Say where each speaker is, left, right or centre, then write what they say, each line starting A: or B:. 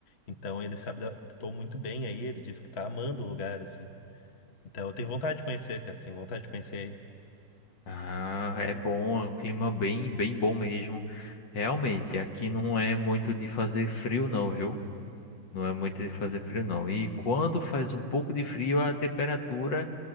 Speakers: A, on the left (about 40°); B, on the left (about 65°).
A: Então ele se adaptou muito bem aí, ele disse que tá amando o lugar assim. Então eu tenho vontade de conhecer, cara, tenho vontade de conhecer aí.
B: Ah, é bom, é um clima bem, bem bom mesmo. Realmente, aqui não é muito de fazer frio, não, viu? Não é muito de fazer frio, não. E quando faz um pouco de frio, a temperatura.